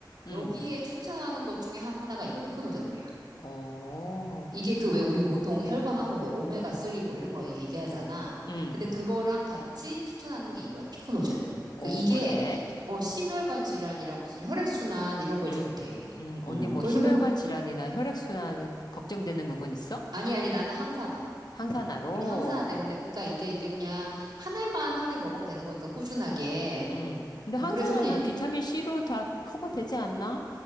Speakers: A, on the left; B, on the right.
A: 음.
B: 여기에 추천하는 것 중에 하나가 이거, 피크노자놀이야.
A: 어,
B: 이게 그 왜 우리 보통 혈관 하면 왜 오메가 3 뭐 이런 거 얘기하잖아.
A: 응,
B: 근데 그거랑 같이 추천하는 게 이거야. 피크노제놀.
A: 어,
B: 그 이게
A: 그래?
B: 어 심혈관 질환이랑 무슨 혈액순환 이런 거에
A: 응.
B: 좋대.
A: 음, 언니
B: 음.
A: 뭐
B: 그래서
A: 심혈관
B: 그
A: 질환이나 혈액순환 걱정되는 부분 있어?
B: 아니 아니 나는 항산화.
A: 항산화로?
B: 그냥 항산화 때문에 그러니까 이게 이게 그냥 한 알만 하루에 먹으면 되는 거니까 꾸준하게.
A: 응. 근데 항산화는
B: 음, 그래서 그냥 이-
A: 비타민 C로 다 커버되지 않나?